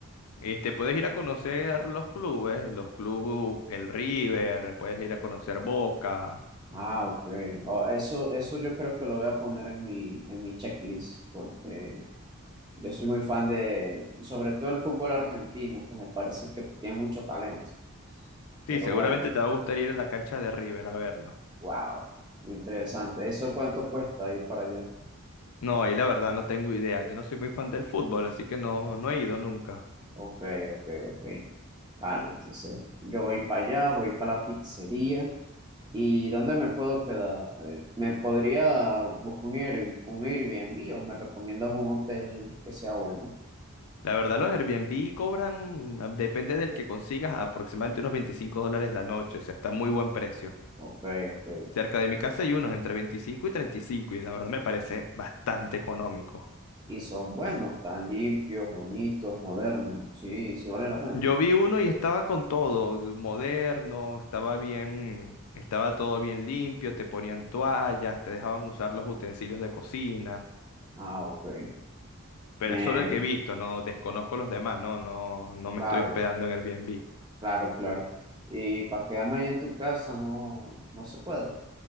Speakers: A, on the left; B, on the right.
A: Este, puedes ir a conocer los clubes, los clubes, el River, puedes ir a conocer Boca.
B: Ah, ok. Oh, eso, eso yo creo que lo voy a poner en mi, en mi checklist, porque yo soy muy fan de, sobre todo el fútbol argentino, que me parece que tiene mucho talento. Pero
A: Sí, seguramente
B: bueno,
A: te va a gustar ir a la cancha de River a verlo.
B: wow, interesante. ¿Eso cuánto cuesta ir para allá?
A: No, ahí la verdad no tengo idea. Yo no soy muy fan del fútbol, así que no, no he ido nunca.
B: Ok, ok, ok. Vale, entonces yo voy para allá, voy para la pizzería. ¿Y dónde me puedo quedar? Eh, ¿Me podría buscar un Air- un Airbnb o me recomiendas un hotel que sea bueno?
A: La verdad, los Airbnb cobran, depende del que consigas, aproximadamente unos 25 dólares la noche, o sea, está muy buen precio.
B: Ok, ok.
A: Cerca de mi casa hay unos entre 25 y 35 y cinco y la verdad me parece bastante económico.
B: Y son buenos, tan limpios, bonitos, modernos. Sí, sí vale la pena.
A: Yo vi uno y estaba con todo, moderno, estaba bien, estaba todo bien limpio, te ponían toallas, te dejaban usar los utensilios de cocina,
B: Ah, ok.
A: pero
B: Me,
A: es solo el que he visto, no desconozco los demás, no, no, no me
B: claro,
A: estoy hospedando en Airbnb.
B: claro, claro. Y para quedarme ahí en tu casa no, no se puede.